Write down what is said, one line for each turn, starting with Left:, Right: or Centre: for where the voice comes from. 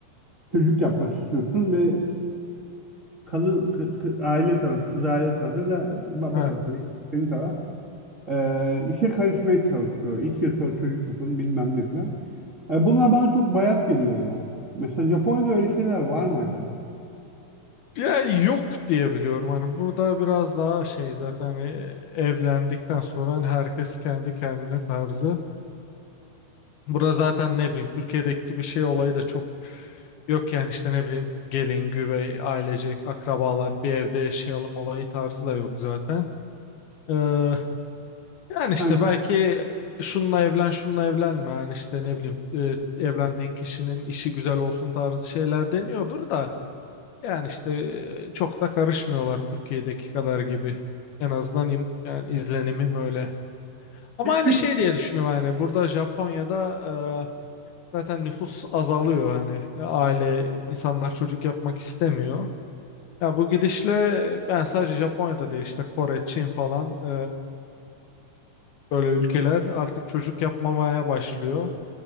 Right: çocuk yapmak istiyorsun ve kadın kı- kı- aile tarafı, kız aile tarafı da baba
Left: e,
Right: tarafı, senin taraf e, işe karışmaya çalışıyor. İki yıl sonra çocuk yapın bilmem ne falan. E, bunlar bana çok bayat geliyor yani. Mesela Japonya'da öyle şeyler var mı acaba?
Left: ya yok diye biliyorum hani burada biraz daha şey zaten hani evlendikten sonra hani herkes kendi kendine tarzı. Burada zaten ne bileyim Türkiye'deki gibi şey olayı da çok yok yani işte ne bileyim gelin, güvey, ailecek, akrabalar bir evde yaşayalım olayı tarzı da yok zaten. Ee, yani
Right: Yani
Left: işte belki şununla evlen, şununla evlenme yani işte ne bileyim e, evlendiğin kişinin işi güzel olsun tarzı şeyler deniyordur da yani işte e, çok da karışmıyorlar Türkiye'deki kadar gibi. En azından im- yani izlenimim öyle. Ama
Right: peki
Left: hani şey diye düşünüyorum yani burada Japonya'da e, Zaten nüfus azalıyor hani Ya aile insanlar çocuk yapmak istemiyor. Ya bu gidişle yani sadece Japonya'da değil işte Kore, Çin falan e, böyle ülkeler artık çocuk yapmamaya başlıyor.